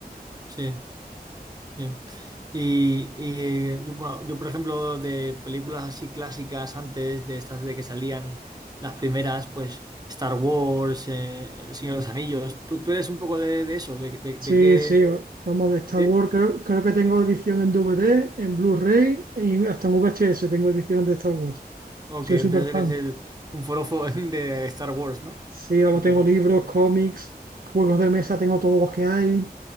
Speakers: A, on the right; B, on the right.
A: sí. Sí. Y, y yo, bueno, yo, por ejemplo, de películas así clásicas antes, de estas de que salían las primeras, pues Star Wars, eh, El Señor de los Anillos, ¿tú, tú eres un poco de, de eso? ¿De, de,
B: Sí,
A: de qué?
B: sí, vamos de Star
A: ¿Sí?
B: Wars. Creo, creo que tengo edición en DVD, en Blu-ray y hasta en VHS tengo ediciones de Star Wars.
A: Ok,
B: Soy
A: entonces
B: súper fan.
A: eres el, un forofo <laughs> de Star Wars, ¿no?
B: Sí, vamos,
A: Ok.
B: tengo libros, cómics, juegos de mesa, tengo todos los que hay. O